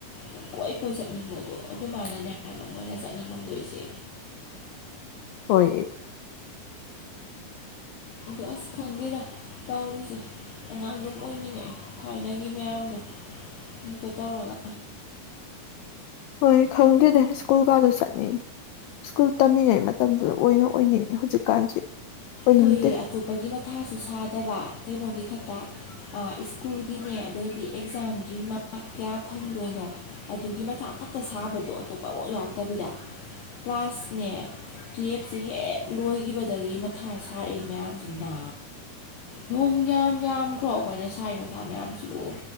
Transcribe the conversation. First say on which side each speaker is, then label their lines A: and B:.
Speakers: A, on the left (about 65°); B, on the left (about 80°).
A: ꯄꯪ ꯀꯣꯏ ꯀꯣꯏ ꯆꯠꯅꯤꯡꯕꯗꯣ ꯑꯗꯨꯃꯥꯏꯅꯅꯦꯅ ꯃꯣꯏꯅ ꯆꯠꯅꯤꯡꯉꯝꯗꯣꯏꯁꯦ
B: ꯍꯣꯏ
A: ꯑ ꯑꯁ ꯈꯪꯗꯦꯗ ꯇꯧꯔꯤꯁꯦ ꯑꯉꯥꯡꯗꯨꯝ ꯑꯣꯏꯅꯤꯡꯉꯛꯑꯦ ꯊꯥꯏꯅꯒꯤ ꯃꯌꯥꯝꯗꯣ ꯑꯃꯨꯛꯀ ꯇꯧꯔꯒ
B: ꯍꯣꯏ ꯈꯪꯗ꯭ꯔꯦꯗ ꯁ꯭ꯀꯨꯜ ꯀꯥꯗ ꯆꯠꯅꯤꯡꯉꯤ ꯁ꯭ꯀꯨꯜ ꯇꯝꯃꯤꯉꯩ ꯃꯇꯝꯗꯨꯗ ꯑꯣꯏꯅ ꯑꯣꯏꯅꯤꯡꯉꯤ ꯍꯧꯖꯤꯛꯀꯥꯟꯁꯤ ꯑꯣꯏꯅꯤꯡꯗꯦ
A: ꯍꯣꯏꯌꯦ ꯑꯇꯣꯞꯄꯒꯤ ꯃꯊꯥꯁꯨ ꯁꯥꯗꯕ ꯀꯩꯅꯣꯒꯤ ꯈ ꯁ꯭ꯀꯨꯜꯒꯤꯅꯦ ꯑꯗꯩꯗꯤ ꯑꯦꯛꯖꯥꯝꯒꯤ ꯃꯥꯔꯛ ꯀꯌꯥ ꯐꯪꯗꯣꯏꯅꯣ ꯑꯗꯨꯒꯤ ꯃꯊꯥ ꯀꯛꯇ ꯁꯥꯕꯗꯣ ꯑꯇꯣꯞꯄ ꯑꯃꯐꯥꯎ ꯌꯥꯎꯛꯇꯕꯤꯗ ꯀ꯭ꯂꯥꯁꯅꯦ ꯇꯨꯌꯦꯜꯞꯁꯦ ꯍꯦꯛ ꯂꯣꯏꯈꯤꯕꯗꯒꯤ ꯃꯊꯥ ꯁꯥꯔꯛꯏ ꯃꯌꯥꯝꯁꯤꯅ ꯅꯣꯡ ꯌꯥꯝ ꯌꯥꯝꯗ꯭ꯔꯣ ꯑꯩꯈꯣꯏꯅ ꯁꯥꯔꯤꯕ ꯃꯊꯥ ꯃꯌꯥꯝꯁꯤꯕꯨ